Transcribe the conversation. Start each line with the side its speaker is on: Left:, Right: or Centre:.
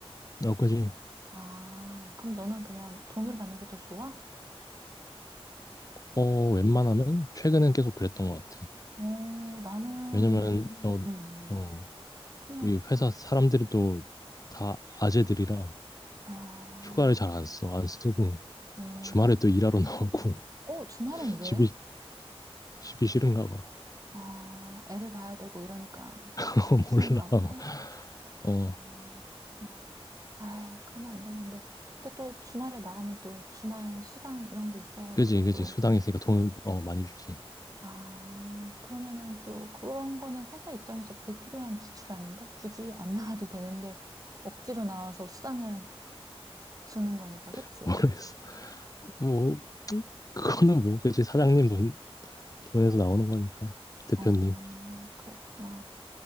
Left: 어, 그지.
Right: 아, 그럼 너는 그냥 돈으로 받는 게 더 좋아?
Left: 어, 웬만하면 최근엔 계속 그랬던 것 같아.
Right: 어, 나는
Left: 왜냐면, 어,
Right: 음,
Left: 어,
Right: 그냥
Left: 우리 회사 사람들이 또 다 아재들이라.
Right: 아,
Left: 휴가를 잘 안 써. 안 쓰고
Right: 어,
Left: 주말에
Right: 다,
Left: 또 일하러 나오고 <laughs>
Right: 어, 주말은 왜?
Left: 집이 집이 싫은가 봐.
Right: 아, 애를 봐야 되고 이러니까
Left: <laughs> 어,
Right: 싫은가
Left: 몰라.
Right: 본데?
Left: 어, 어,
Right: 음, 그렇구나. 아, 그러면 안 되는데. 근데 또 주말에 나가면 또 주말 수당 이런 게 있어가지고
Left: 그지 그지
Right: 또
Left: 수당 있으니까 돈 어, 많이 주지.
Right: 아, 그러면은 또 그런 거는 회사 입장에서 불필요한 지출 아닌가? 굳이 안 <laughs> 나와도 되는데 억지로 나와서 수당을 주는 거니까, 그치?
Left: <laughs> 모르겠어. 뭐 그거는 뭐 그지 사장님 돈 돈에서 나오는 거니까 대표님.
Right: 어, 그렇구나.